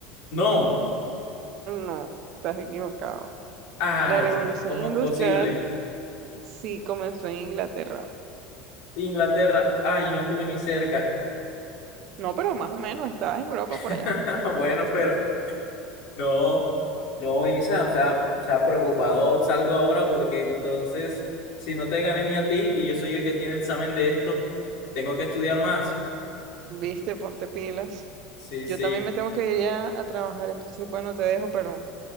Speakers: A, on the left; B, on the right.
A: No,
B: no, estás equivocado.
A: ay,
B: La revolución
A: ¿cómo
B: industrial
A: es posible?
B: sí comenzó en Inglaterra.
A: Inglaterra, ay, no estuve ni cerca.
B: No, pero más o menos, estabas en Europa por
A: <laughs>
B: allá.
A: Bueno, pero No, no, Isa, o sea, sea preocupado salgo ahora porque entonces, si no te gané ni a ti y yo soy el que tiene el examen de esto, tengo que estudiar más.
B: Viste, ponte pilas.
A: Sí, sí,
B: Yo también me tengo que ir ya a trabajar, entonces bueno, te dejo, pero